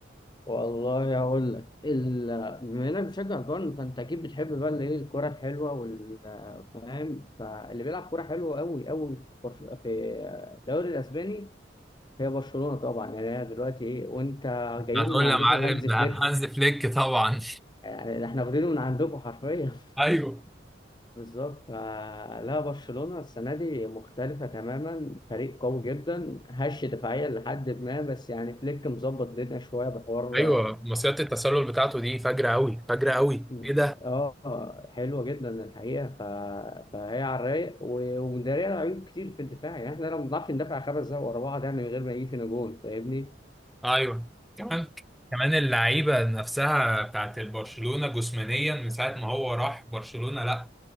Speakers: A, on the left (about 25°); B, in the centre.
A: والله اقول لك ال... بما انك بتشجع البايرن فانت اكيد بتحب بقى الايه الكوره الحلوه وال فاهم فاللي بيلعب كوره حلوه قوي قوي في برش... في الدوري الاسباني هي برشلونه طبعا يعني هي دلوقتي ايه وانت جايين
B: هتقول
A: من عندكم
B: لي يا معلم
A: هانز
B: ده
A: فليك
B: هانز فليك طبعا
A: يعني احنا واخدينه من عندكم حرفيا <laughs>
B: <laughs> ايوه
A: بالظبط فلا برشلونة السنة دي مختلفة تماما فريق قوي جدا هش دفاعيا لحد ما بس يعني فليك مظبط الدنيا شوية بحوار
B: ايوه مصيدة التسلل بتاعته دي فجرة قوي فجرة قوي
A: اه
B: ايه ده
A: آه، حلوة جدا الحقيقة ف... فهي على الرايق و- ومدارية عيوب كتير في الدفاع يعني احنا لو ما بنعرفش ندافع خمس دقايق ورا بعض يعني من غير ما يجي فينا جون فاهمني
B: ايوه كمان كمان اللعيبه نفسها بتاعت البرشلونه جسمانيا من ساعه ما هو راح برشلونه لا